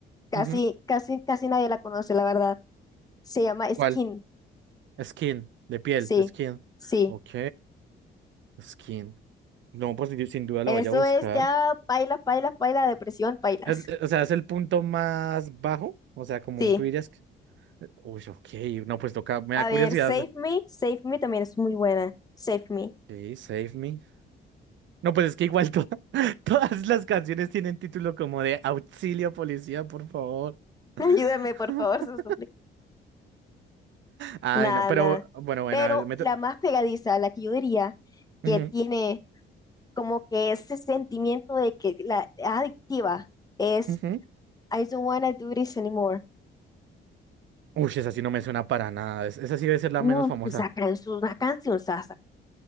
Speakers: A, on the left; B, on the right.
A: casi,
B: Ujú.
A: casi, casi nadie la conoce, la verdad. Se llama Skin,
B: ¿Cuál? Skin, de piel,
A: sí,
B: de skin.
A: sí.
B: Ok, skin. No, pues yo sin duda la
A: Eso
B: voy a buscar.
A: es ya pailas, pailas, pailas, depresión, pailas.
B: El- eh, o sea, es el punto más bajo. O sea, como
A: Sí.
B: tú dirías que... eh, Uy, ok. No, pues toca. Me
A: A
B: da curiosidad.
A: ver, Save Me, Save Me también es muy buena. Save Me.
B: Ok, Save Me. No, pues es que igual to- <laughs> todas las canciones tienen título como de Auxilio, policía, por favor.
A: <laughs>
B: <laughs>
A: Ayúdame, por favor, se lo suplico.
B: Ay,
A: Nada,
B: no. Pero
A: nada.
B: bueno, bueno.
A: Pero
B: a ver, me
A: la
B: to-
A: más pegadiza, la que yo diría que
B: Ujú,
A: tiene como que ese sentimiento de que la es adictiva es
B: ujú.
A: I don't wanna do this anymore.
B: Uy, esa sí no me suena para nada. es- Esa sí debe ser la
A: Uf,
B: menos famosa.
A: esa canción, una canción sasa.